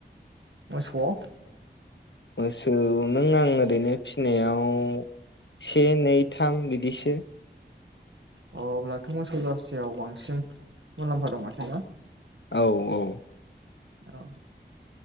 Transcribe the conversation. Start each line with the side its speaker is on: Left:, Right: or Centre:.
Right: मोसौआव
Left: मोसौ नों आं ओरैनो फिसिनायाव से नै थाम बिदिसो
Right: अ अब्लाथ' मोसौ बारसियाव बांसिन मुलाम्फा दं माथो ना
Left: औ औ
Right: औ